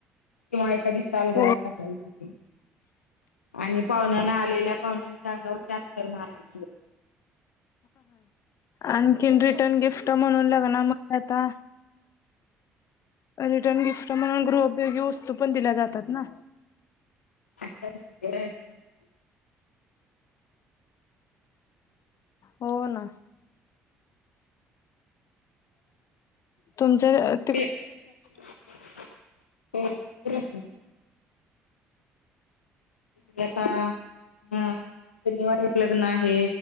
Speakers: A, on the left; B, on the left.
A: किंवा एखादी शाल
B: हो
A: गळ्यात टाकायची आणि पाहुण्यांना आलेल्या पाहण्याच्या अंगावर त्या अत्तर मारायचे.
B: आणखीन रिटर्न गिफ्ट म्हणून लग्न मग काय आता रिटर्न गिफ्ट म्हणून गृहोपयोगी वस्तू पण दिल्या जातात ना.
A: <unintelligible>
B: हो ना. तुमचं
A: ते <unintelligible> हिकड आता अ शनिवार एक लग्न आहे.